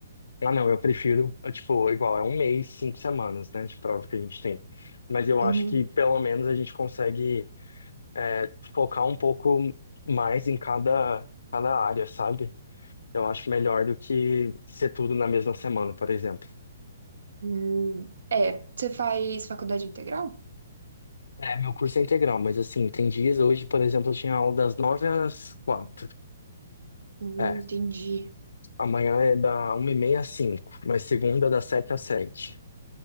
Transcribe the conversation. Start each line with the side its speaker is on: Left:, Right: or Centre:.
Left: Ah, não, eu prefiro, eu, tipo, igual, é um mês, cinco semanas, né, de prova que a gente tem. Mas eu
Right: Uhum.
Left: acho que pelo menos a gente consegue é, focar um pouco mais em cada, cada área, sabe? Eu acho melhor do que ser tudo na mesma semana, por exemplo.
Right: Hum. É, você faz faculdade integral?
Left: É, meu curso é integral, mas assim, tem dias, hoje, por exemplo, eu tinha aula das nove às quatro.
Right: Hum,
Left: É,
Right: Entendi.
Left: amanhã é da uma e meia às cinco, mas segunda das sete às sete.